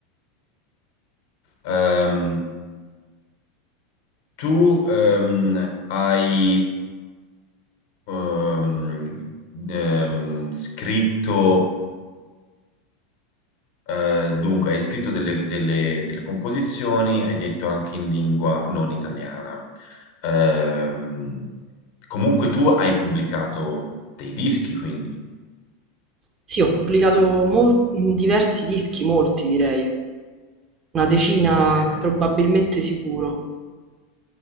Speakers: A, on the left; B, on the right.
A: ehm, tu ehm, hai ehm, ehm, scritto Eh, dunque, hai scritto delle, delle- delle composizioni, hai detto anche in lingua non italiana. Ehm, comunque tu hai pubblicato dei dischi, quindi.
B: Sì, ho pubblicato mol- diversi dischi, molti direi, una decina
A: Ok,
B: probabilmente sicuro.